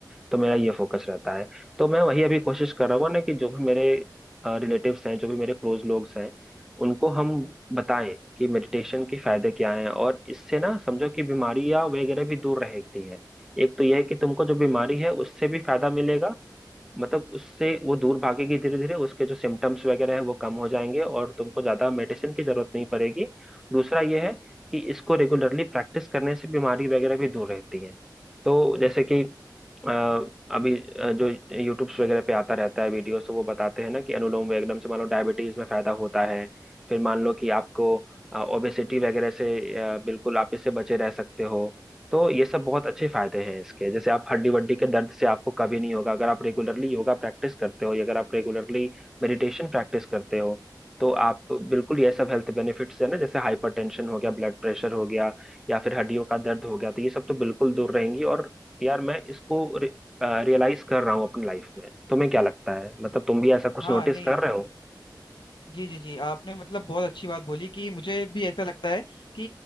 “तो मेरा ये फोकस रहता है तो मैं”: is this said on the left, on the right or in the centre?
Centre